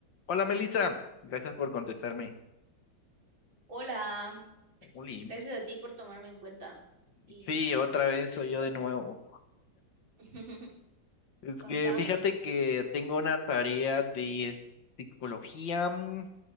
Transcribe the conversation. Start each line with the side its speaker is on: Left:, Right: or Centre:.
Left: Hola Melissa, gracias por contestarme.
Right: Hola,
Left: Jolín.
Right: gracias a ti por tomarme en cuenta y,
Left: Sí, otra
Right: y hablar
Left: vez
Right: de
Left: soy
Right: esto.
Left: yo de nuevo.
Right: <laughs>
Left: Es
Right: Contame.
Left: que fíjate que tengo una tarea de psicología mm,